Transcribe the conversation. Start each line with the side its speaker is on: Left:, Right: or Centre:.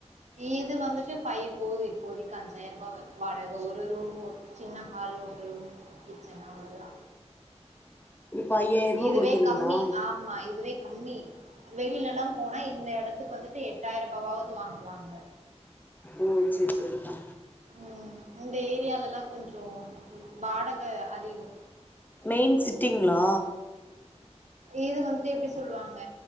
Right: இது வந்துட்டு ஃபைவ் போது இப்போதிக்கு அஞ்சு சாயரரூபா வருது வாடக ஒரு ரூம் ஒரு சின்ன ஹால் ஒரு ரூம் கிச்சன் அவ்ளோதா
Left: இப்ப ஐயாயிரூபா
Right: இதுவே
Left: குடுக்குறீங்களா
Right: கம்மி ஆமா இதுவே கம்மி வெளில எல்லா போனா இந்த எடத்துக்கு வந்துட்டு எட்டாயிரரூபாவது வாங்குவாங்க
Left: ஓ செரி செரிக்கா
Right: ம் இந்த ஏரியாலலா கொஞ்சோ வாடக அதிகோ
Left: மெயின் சிட்டிங்ளா
Right: இது வந்துட்டு எப்டி சொல்லுவாங்க